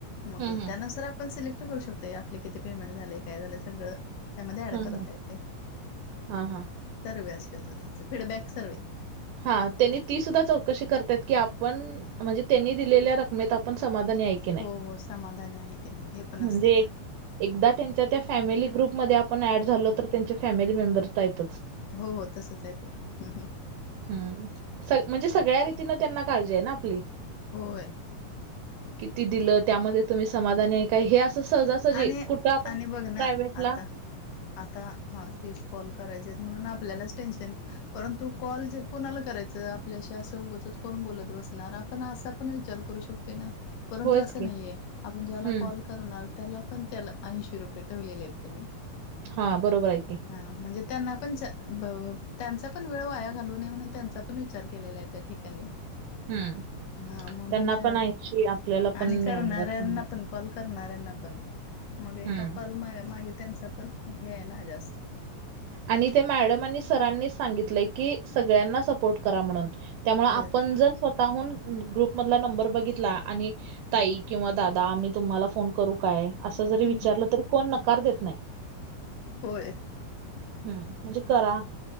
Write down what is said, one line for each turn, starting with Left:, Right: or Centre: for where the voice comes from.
Left: मग
Right: हं, हं.
Left: त्यानुसार आपण सिलेक्ट करू शकतोय आपले किती पेमेंट झालेय काय झालंय सगळं त्यामध्ये ऍड
Right: हं,
Left: करता
Right: हं.
Left: येते
Right: हां, हां.
Left: सर्वे असतो तो त्यांचा फीडबॅक सर्वे
Right: हा त्यांनी ती सुद्धा चौकशी करत्यात की आपण म्हणजे त्यांनी दिलेल्या रक्कमेत पण समाधानी आहे की नाही
Left: हो हो समाधानी आहे की नाही हे पण
Right: म्हणजे
Left: असतंय त्यात
Right: एकदा त्यांच्या त्या फॅमिली ग्रुपमध्ये आपण ऍड झालो तर त्यांचे फॅमिली मेंबर आहेतचं
Left: हो हो तसच आहे ते हम्म
Right: हम्म स म्हणजे सगळ्या रीतीनें त्यांना काळजी आहे ना आपली
Left: होय
Right: किती दिलं त्यामध्ये तुम्ही समाधानी आहे काय हे असं सहजा सहजी
Left: आणि
Right: कुठं आपण
Left: आणि बघ ना
Right: प्राव्हेट
Left: आता
Right: ला
Left: आता हा तीस कॉल करायचे आहेत म्हणून आपल्यालाच टेन्शन परंतु कॉल जे कोणाला करायचं आपल्याशी असं उगचच कोण बोलत बसणार आपण असा पण विचार करू शकतो य ना परंतु
Right: होयच
Left: असं
Right: की.
Left: नाहीये आपण ज्याला
Right: हं.
Left: कॉल करणार त्याला पण त्याला ऐंशी रुपये ठेवलेले आहेत त्यांनी
Right: हा बरोबर आहे की
Left: हा म्हणजे त्यांना पण त्यांचा पण वेळ वाया घालू नये म्हणून त्यांचा पण विचार केलेला आहे त्यांनी
Right: हं.
Left: हा म्हणून
Right: त्यांना
Left: त्या
Right: पण ऐंशी आपल्याला पण
Left: आणि
Right: मिळणार
Left: करणाऱ्यांना
Right: त्यांना
Left: पण कॉल करणारऱ्यांना पण मग एका
Right: हम्म
Left: कॉल मागे त्यांचा पण हे आहे ना जास्त
Right: आणि ते मॅडम आणि सरांनी सांगितलंय की सगळ्यांना सपोर्ट करा म्हणून त्यामुळे आपण
Left: होय
Right: जर स्वतःहून ग्रुप मधला नंबर बघितला आणि ताई किंवा दादा मी तुम्हाला फोन करू काय असं जरी
Left: हम्म
Right: विचारलं तरी कोण नकार देत नाही
Left: होय
Right: हम्म म्हणजे करा